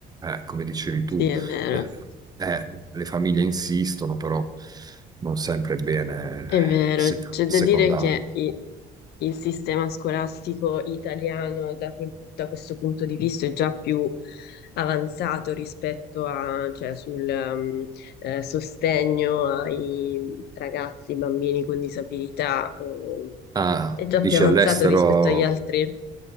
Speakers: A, on the right (about 25°); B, on the left (about 75°).
A: eh, come dicevi tu,
B: sì, è vero,
A: le, eh, le famiglie insistono, però non sempre è bene
B: è vero.
A: se-
B: C'è
A: secondarlo.
B: da dire che i- il sistema scolastico italiano da, que- da questo punto di vista è già più avanzato rispetto a, cioè, sul ehm, eh, sostegno ai ragazzi, bambini con disabilità, o-
A: Ah,
B: è già
A: dici
B: più avanzato
A: all'estero
B: rispetto agli altri